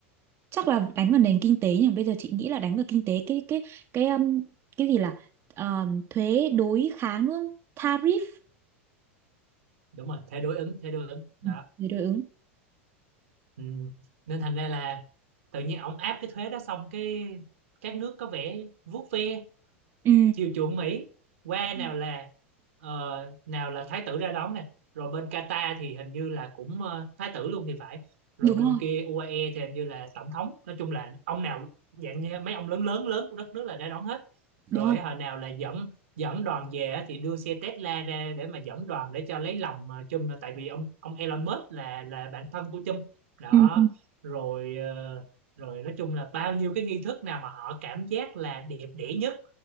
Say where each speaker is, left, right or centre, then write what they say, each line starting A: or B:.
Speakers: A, on the right; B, on the right.
A: chắc là đánh vào nền kinh tế nhỉ bây giờ chị nghĩ là đánh vào kinh tế cái cái cái um, cái gì là um, thuế đối kháng đúng không tariff
B: đúng rồi thế đối ứng thế đối ứng đó
A: Ừ, thuế đối ứng
B: ừ. nên thành ra là tự nhiên ông áp cái thuế đó xong cái các nước có vẻ vuốt ve
A: ừ
B: chiều chuộng Mỹ qua nào
A: Ừ.
B: là ờ, nào là thái tử ra đón nè rồi bên Qatar thì hình như là cũng ờ, thái tử luôn thì phải rồi
A: đúng
B: bên
A: rồi
B: kia UAE thì hình như là tổng thống nói chung là ông nào dạng như mấy ông lớn lớn lớn của đất nước là ra đón hết
A: đúng
B: rồi
A: rồi
B: hồi nào là dẫn dẫn đoàn về á thì đưa xe Tesla ra để mà dẫn đoàn để cho lấy lòng ờ, Trump tại vì ông ông Elon Musk là là bạn thân của Trump đó
A: ừ ừ.
B: rồi ờ, rồi nói chung là bao nhiêu cái nghi thức nào mà họ cảm giác là đẹp đẽ nhất